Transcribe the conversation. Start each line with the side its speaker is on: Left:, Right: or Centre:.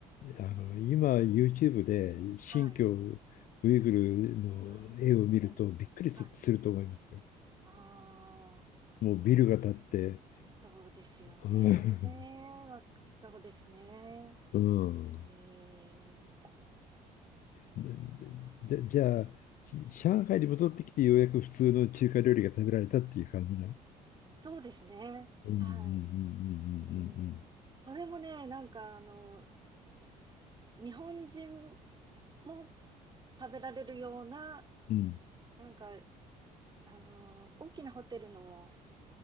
Left: あの、今、YouTube で新疆ウイグルの絵を見るとびっくりすすると思いますよ。
Right: はい。あ、はい。はい。ああ、
Left: もうビルが建って。
Right: そうですよね。
Left: うん。
Right: わかそうですね。
Left: うん
Right: うーん。え
Left: で、で、じゃあ、し上海に戻ってきてようやく普通の中華料理が食べられたっていう感じな。
Right: そうですね。
Left: うんうんうんうんうんうんうん。
Right: はい。うん。それもね、なんかあの、日本人も食べられるような、
Left: うん。
Right: なんか、あの大きなホテルの